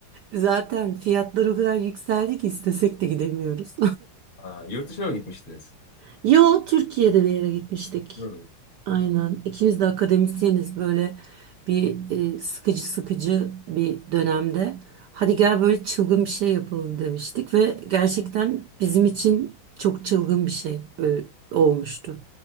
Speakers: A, on the right; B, on the left.
A: Zaten fiyatlar o kadar yükseldi ki istesek de gidemiyoruz.
B: Ha, yurt dışına mı gitmiştiniz?
A: <laughs> Yo Türkiye'de bir yere gitmiştik.
B: Hmm.
A: Aynen. İkimiz de akademisyeniz böyle bir e, sıkıcı sıkıcı bir dönemde. Hadi gel böyle çılgın bir şey yapalım demiştik ve gerçekten bizim için çok çılgın bir şey e, olmuştu.